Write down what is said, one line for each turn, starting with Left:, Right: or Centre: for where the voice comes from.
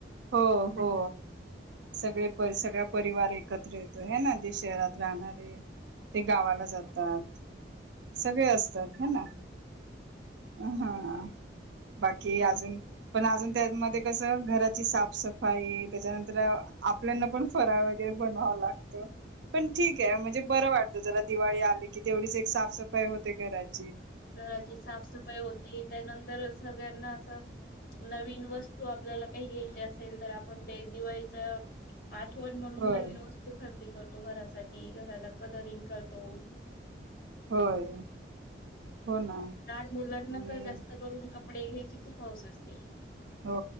Right: हो हो, सगळे पर सगळा परिवार एकत्र येतो हे ना जे शहरात राहणारे ते गावाला जातात. सगळे असतात ह ना. हा बाकी अजून पण अजून त्यातमध्ये कस घरात ची साफ सफाई त्याच्यानंतर आपल्याना पण फराळ वगैरे बनवाव लागत, पण ठीक आहे म्हणजे बर वाटत जरा दिवाळी आली की तेवढीच एक साफ सफाई होते घरात
Left: घराची साफसफाई होती त्यानंतर सगळ्यांना असं नवीन वस्तू आपल्याला काही घ्यायची असेल तर आपण ते दिवाळीचा आठवण म्हणून
Right: होय
Left: नवीन वस्तू खर करतो घरासाठी घराला कलरिंग करतो
Right: होय. हो ना
Left: लहान मुलांना
Right: आणि
Left: त जास्त करून कपडे घ्यायची खूप हौस असते.
Right: हो